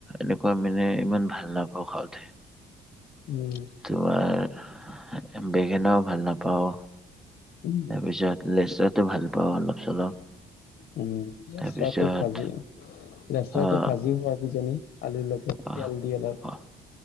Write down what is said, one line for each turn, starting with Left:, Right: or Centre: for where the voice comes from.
Centre: এনেকুৱা মানে ইমান ভাল নাপাওঁ খাওঁতে।
Left: উম,
Centre: তোমাৰ বেঙেনাও ভাল নাপাওঁ।
Left: উম,
Centre: তাৰপিছত লেচাৰটো ভাল পাওঁ অলপ চলপ
Left: উম, লেচৰাটো
Centre: তাৰপিছত
Left: ভাজি লেচৰা
Centre: অ',
Left: টো ভাজি হোৱা কিজানি আলুৰ লগত।
Centre: অ',
Left: তেল দি অলপ
Centre: অ'।